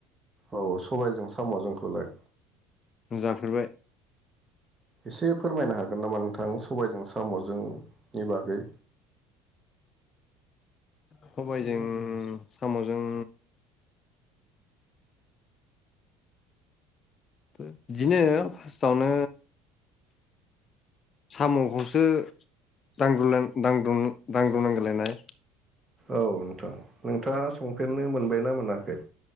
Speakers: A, on the right (about 20°); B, on the left (about 40°).
A: औ सबायजों साम'जोंखौलाय।
B: जाफेरबाय।
A: एसे फोरमायनो हागोन नामा नोंथां सबायजों साम'जोंनि बागै।
B: सबायजों साम'जों बिदिनो फार्स्टआवनो साम'खौसो दांग्रुनलाय दांग्रुन दांग्रुननांगोनलायनाय
A: औ नोंथां नोंथाङा सं फेननो मोनबायना मोनाखै।